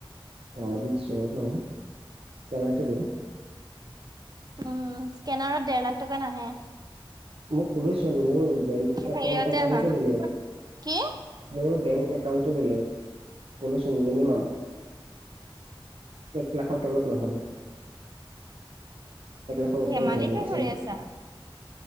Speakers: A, on the right; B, on the right.
A: অ' দিছোঁ ৰবা, স্ক্ৰেনাৰটো দিয়া।
B: উম, স্ক্ৰেনাৰত ডেৰ লাখ টকা নাহে।
A: মই কলোঁ চোন মোৰ বেংক
B: হেৰিয়তে
A: একাউণ্ট একাউণ্টে
B: আহা
A: বেলেগ
B: কি
A: মোৰ বেংক একাউণ্টে বেলেগ। কলেচোন মিনিমাম। এক লাখৰ তলত নহয়। এক লাখৰ ওপৰত
B: ধেমালি
A: হয়
B: কিয়
A: মেক্সিমাম।
B: কৰি আছা